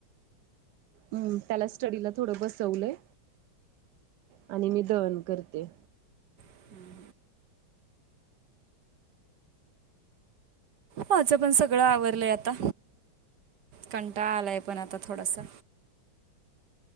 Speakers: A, on the right; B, on the right.
A: हम त्याला स्टडीला थोडं बसवलंय. आणि मी दळन करते.
B: हम्म, माझं पण सगळं आवरडलंय आता कंटाळ आलाय पण आता थोडासा.